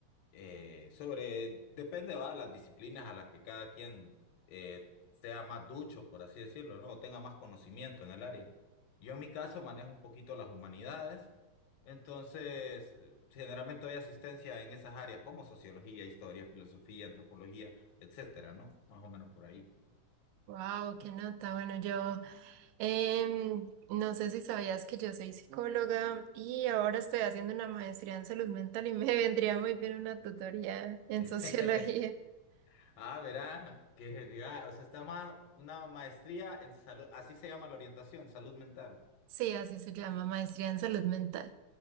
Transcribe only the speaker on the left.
eh, sobre, depende, va, las disciplinas a las que cada quien eh, sea más ducho, por así decirlo, ¿no? O tenga más conocimiento en el área. Yo en mi caso manejo un poquito las humanidades, entonces eh, generalmente doy asistencia en esas áreas como sociología, historia, filosofía, antropología, etcétera, ¿no? Más o menos por ahí.
<laughs>
Ah, verá, qué genial. O sea, está más una maestría en salud, así se llama la orientación, salud mental.